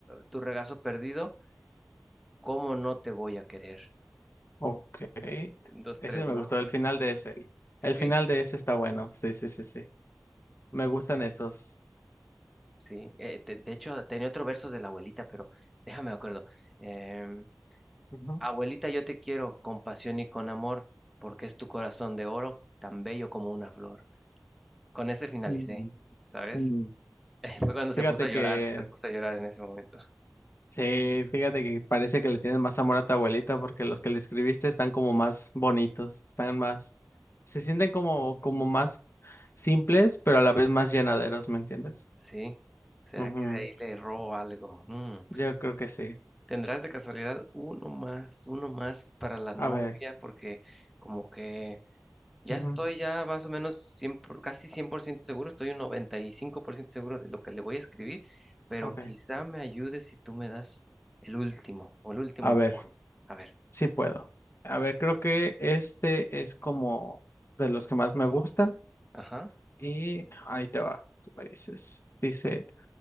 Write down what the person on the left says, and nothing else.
Ok.
Ese
me gustó, el final de ese.
El
final de ese está bueno. Sí, sí, sí, sí. Me gustan
esos.
Ujú.
Mm,
mm.
Fíjate
que,
sí, fíjate que parece que le tienes más amor a tu abuelita porque los que le escribiste están como más bonitos, están más, se sienten como, como más simples, pero a la vez más llenaderos, ¿me entiendes?
Ujú,
Yo creo que sí.
A ver.
Ujú,
Ok.
A
ver,
sí puedo. A ver, creo que este es como de los que más me gustan
y ahí te va, tú me dices. Dice,